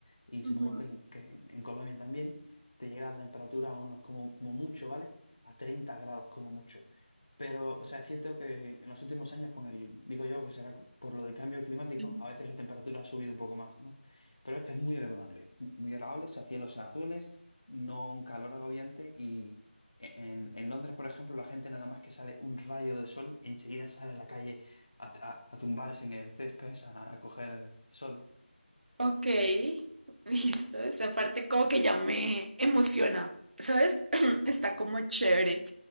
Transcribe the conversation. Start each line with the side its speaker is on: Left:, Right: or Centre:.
Left: y supongo
Right: Ujú.
Left: que en, que en en Colombia también, te llega la temperatura a unos como, como mucho, ¿vale? A 30 grados como mucho. Pero, o sea, es cierto que en los últimos años, con el, digo yo que será por lo del cambio climático,
Right: Sí.
Left: a veces la temperatura ha subido un poco más, ¿no? Pero es muy agradable, muy agradable, o sea, cielos azules no un calor agobiante y en, en Londres, por ejemplo, la gente nada más que sale un rayo de sol, enseguida sale a la calle a, a- a tumbarse en el césped, a, a coger sol.
Right: Ok, <laughs> listo. Esa parte como que ya me emociona, ¿sabes? <clears throat>
Left: Ojo.
Right: Está como chévere.